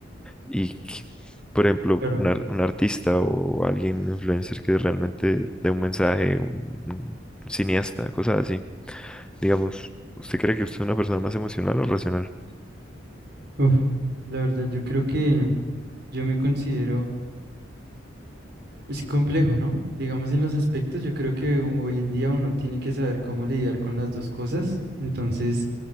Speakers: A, in the centre; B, on the right.
A: Y, que, por ejemplo,
B: claro.
A: un, ar- un artista o alguien, un influencer que realmente dé un mensaje, un, un cineasta, cosas así. Digamos, ¿usted cree que usted es una persona más emocional o racional?
B: Uf, la verdad, yo creo que yo me considero, es complejo, ¿no? Digamos, en los aspectos, yo creo que hoy en día uno tiene que saber cómo lidiar con las dos cosas. Entonces...